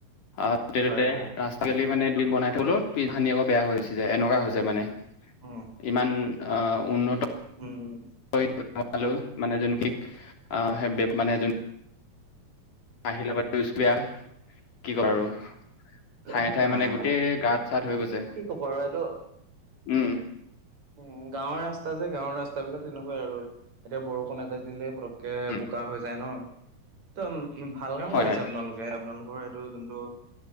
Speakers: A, on the left; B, on the right.
A: আহ ত ততে
B: হয় হয়
A: লিকালি মানে দুইিন বনাই থলো দু খানি আকৌ বেয়া হৈ যে এনেকুৱা হৈছে মানে।
B: উম
A: ইমান আহ উন্নত
B: উম।
A: <unintelligible> আহিলে বাৰ বিয় হয় কি ক আৰু।
B: উম
A: ঠায়ে ঠায়ে
B: হয়
A: মানে গোটেই
B: হয়
A: গাত-চাত হৈ গৈছে
B: কি ক'ব আৰু এইটো
A: উম।
B: উম, গাঁৱৰ ৰাস্তা যে গাঁৱৰ ৰাস্তা বিলাক তেনেকুৱাই আৰু। এতিয়া বৰষুণ এজাক দিলে পটককে
A: উম,
B: বোকা হৈ যায় ন। ত, ভাল কাম
A: হয়,
B: কৰিছে
A: হয়,
B: আপোনালোকে আপোনালোকৰ এইটো যোনটো